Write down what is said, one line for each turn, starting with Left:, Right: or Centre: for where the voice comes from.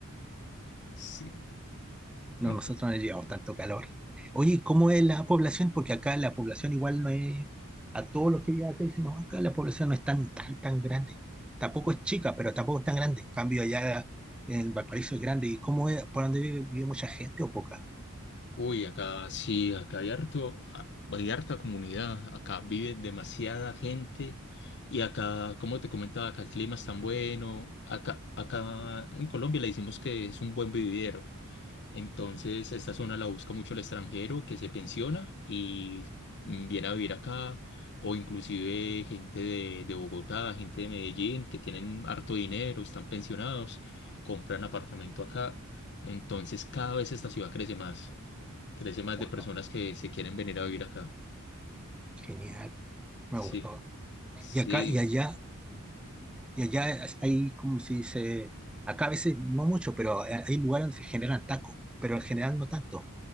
Left: Sí.
Centre: No,
Left: Ent-
Centre: nosotros no llevamos tanto calor. Oye, ¿cómo es la población? Porque acá la población igual no es, a todos los que viven acá dicen, no, acá la población no es tan, tan, tan grande. Tampoco es chica, pero tampoco es tan grande. En cambio, allá en Valparaíso es grande. ¿Y cómo es? ¿Por dónde vive, vive mucha gente o poca?
Left: Uy, acá sí, acá hay harto, a- hay harta comunidad, acá vive demasiada gente y acá, como te comentaba, acá el clima es tan bueno, acá, acá en Colombia le decimos que es un buen vividero. Entonces, esta zona la busca mucho el extranjero que se pensiona y mm, viene a vivir acá, o inclusive gente de, de Bogotá, gente de Medellín, que tienen harto dinero, están pensionados, compran apartamento acá. Entonces, cada vez esta ciudad crece más, crece más
Centre: Wow,
Left: de personas que se quieren venir a vivir acá.
Centre: genial, me
Left: Sí,
Centre: gustó.
Left: sí,
Centre: Y acá y allá Y allá hay, como se dice, acá a veces no mucho, pero hay lugares donde se generan tacos, pero en general no tanto.